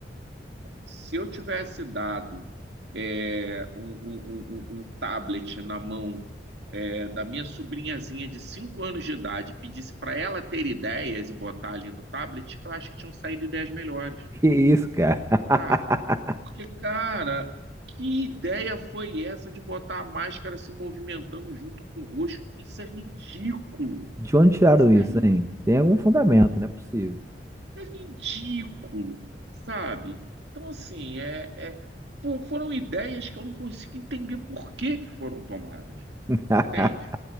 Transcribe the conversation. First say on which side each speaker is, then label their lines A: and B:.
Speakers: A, on the right (about 75°); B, on the right (about 15°).
A: Se eu tivesse dado é, um, um- um- um um tablet na mão é, da minha sobrinhazinha de 5 anos de idade, e pedisse para ela ter ideias e botar ali no tablet, eu acho que tinham saído ideias melhores.
B: <laughs> Que isso, cara? <laughs>
A: sabe? Porque, cara, que ideia foi essa de botar a máscara se movimentando junto com o rosto? Isso é ridículo.
B: De onde tiraram
A: Isso
B: isso,
A: é ridículo.
B: hein? Tem algum fundamento, não é possível.
A: Isso é ridículo, sabe? Então, assim, é, é- fo- foram ideias que eu não consigo entender por que que foram tomadas.
B: <laughs>
A: Entende?